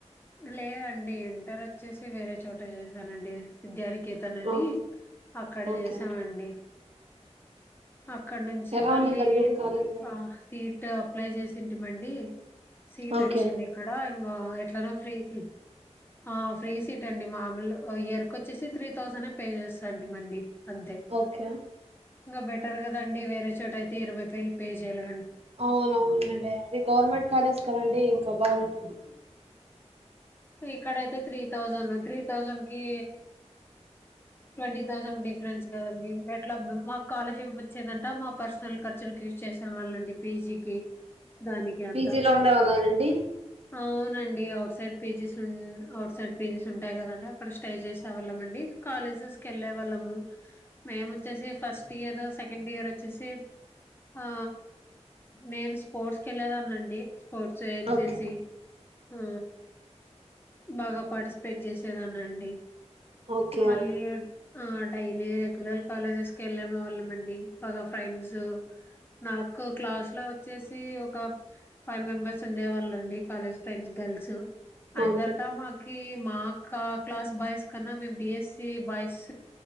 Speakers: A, on the left; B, on the right.
A: లేదండి ఇంటర్ వచ్చేసి వేరే చోట చేసానండి విద్యానిక్ అతనని
B: ఓకే
A: అక్కడ
B: ఓకే
A: చేసాంమండి అక్కడ నుంచి
B: ఎలా
A: మళ్ళీ
B: ఉన్నిందండి కాలేజ్ లైఫ్?
A: ఆ సీట్ అప్లై చేసింటీమండి సీట్
B: ఓకే
A: వచ్చింది ఇక్కడ ఇంకా ఎట్లానో ఫ్రీ సీట్ ఆ ఫ్రీ సీట్ అండి మామూల్ ఓ ఇయర్కోచేసి తీ థౌసండ్ పే చేస్తాండి మండి అంతే
B: ఓకే
A: ఇక బట్ ఉంటారు కదండి వేరే చోట అయితే ఇరవై వేలు పే చేయాల
B: అవునవునండి అది గవర్నమెంట్ కాలేజ్ కదండి ఇంకా బాగుంటుంది
A: ఇక్కడ అయితే త్రీ తౌసండ్ త్రీ థౌజండ్ ఈ మడి థౌసండ్ డిఫరెన్స్ కదండి ఎట్లా మాకు కాలర్షిప్ వచ్చేదంటా మా పర్సనల్ ఖర్చులకు యూజ్ చేసే వాళ్ళండి పీజీకి దానికి అంతా
B: పీజీలో ఉండేవాళ్ళ రండి
A: అవునండి outside PGs outside PGs ఉంటాయి కదండి అక్కడ స్టే చేసేవాళ్ళంమండి కాలేజెస్ కి వెళ్ళే వాళ్ళము మేము వచ్చేసి ఫస్ట్ ఇయర్ స సెకండ్ ఇయర్ వచ్చేసి ఆ నేను స్పోర్ట్స్ కి వెళ్ళేదాన్నండి sports N
B: okay
A: C C ఆ బాగా పార్టిసిపేట్ చేసేదానండి
B: ఓకే
A: మళ్లీ ఆ డైలీ రెగ్యులర్ కాలేజ్ స్ కి వెళ్ళలేమ వాళ్ళం అండి ఒక ఫ్రెండ్స్ నాకు క్లాస్ లో వచ్చేసి ఒక ఫైవ్ మెంబెర్స్ ఉండే వాళ్ళ అండి కాలేజ్ ఫ్రెండ్స్ గర్ల్ అందరితో
B: ఓకే
A: మాకు కీ మా అక్క క్లాస్ బాయ్స్ కన్నా మా బిఎస్ బి ఎస్ బాయ్స్